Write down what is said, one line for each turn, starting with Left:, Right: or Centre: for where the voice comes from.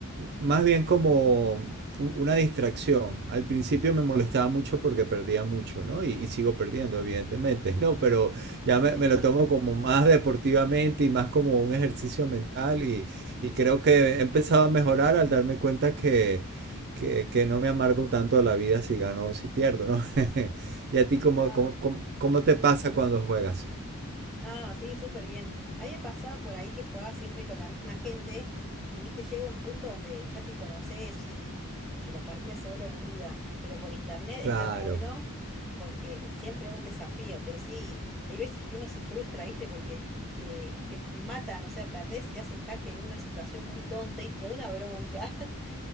Right: más bien como un- una distracción. Al principio me molestaba mucho porque perdía mucho, ¿no? Y, y sigo perdiendo, evidentemente, ¿no? Pero ya
Centre: <laughs>
Right: me, me lo tomo como más deportivamente y más como un ejercicio mental y creo que he empezado a mejorar al darme cuenta que, que, que no me amargo tanto la vida si gano o si pierdo, ¿no? <laughs> ¿Y a ti cómo,
Centre: No,
Right: cómo, cómo, cómo te pasa cuando juegas?
Centre: No, sí, súper bien. A mí me pasaba por ahí que jugaba siempre con la misma gente y, viste, llega un punto donde ya te conoces y, y la partida se vuelve aburrida. Pero por internet
Right: Claro.
Centre: está re bueno porque siempre es un desafío. Pero sí, hay veces que uno se frustra, viste, porque te, te matan, o sea, perdés, te hacen jaque en una situación muy tonta y te da una bronca. <laughs>